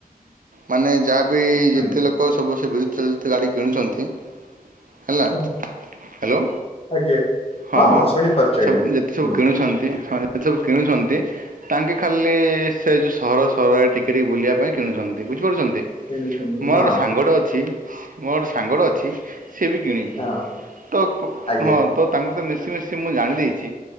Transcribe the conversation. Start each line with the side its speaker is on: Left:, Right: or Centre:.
Right: ମାନେ ଯାହାବି
Left: ହୁଁ
Right: ଯେତେ
Left: ହୁଁ
Right: ଲୋକ ସବୁ ସେ ବିଜୁତ୍ ଚାଳିତ ଗାଡ଼ି କିଣୁଛନ୍ତି ହେଲା
Left: ହଁ
Right: ହ୍ୟାଲୋ।
Left: ଆଜ୍ଞା।
Right: ହଁ
Left: ଶୁଣିପାରୁଛି
Right: ସବୁ
Left: ଆଜ୍ଞା
Right: ଯେତେ ସବୁ
Left: ହୁଁ
Right: କିଣୁଛନ୍ତି ହଁ ଯେତେ ସବୁ କିଣୁଛନ୍ତି। ତାଙ୍କେ ଖାଲି ସେ ଯେ ସହର ସହରରେ ଟିକେଟିକେ ବୁଲିବା ପାଇଁ କିଣୁଛନ୍ତି ବୁଝିପାରୁଛନ୍ତି।
Left: ଶୁଣୁଛନ୍ତି
Right: ମୋର
Left: ହଁ
Right: ଗୋଟେ ସାଙ୍ଗଟେ ଅଛି। ମୋର ଗୋଟେ ସାଙ୍ଗଟେ ଅଛି ସେ ବି କିଣିଛି
Left: ହଁ
Right: ତ
Left: ଆଜ୍ଞା
Right: ହଁ ତ ତାଙ୍କ ତ ମିଶି ମିଶି ମୁଁ ଜାଣିଦେଇଛି,